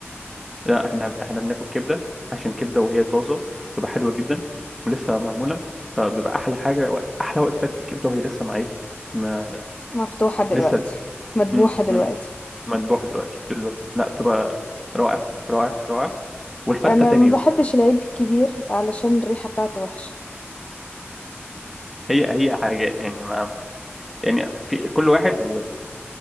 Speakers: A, in the centre; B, on the left (about 30°).
A: لا احنا احنا بناكل كبده عشان كبده وهي طازه بتبقى حلوه جدا ولسه معموله فبيبقى احلى حاجه احلى وقت تاكل الكبده وهي لسه مع ايه ما
B: مفتوحة دلوقتي
A: لسه
B: مذبوحة
A: مم.
B: دلوقتي
A: مم. مذبوحه دلوقتي بالظبط لا بتبقى رائع رائع رائع والفته
B: انا
A: تاني
B: ما
A: يوم
B: بحبش العيد الكبير علشان الريحة بتاعته وحشة
A: هي هي حاجات يعني ما يعني في كل واحد